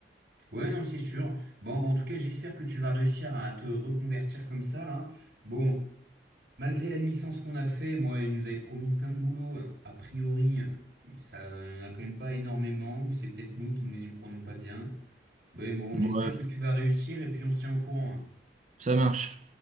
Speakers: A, on the right; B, on the right.
A: Ouais, non, c'est sûr. Bon, bah, en tout cas, j'espère que tu vas réussir à te reconvertir comme ça, là. Bon, Malgré la licence qu'on a fait, moi, ils nous avaient promis plein de boulot. A priori, ça, il y en a quand même pas énormément, ou c'est peut-être nous qui nous y prenons pas bien. Mais bon, j'espère
B: Ouais,
A: que tu vas réussir et puis on se tient au courant. hein.
B: ça marche.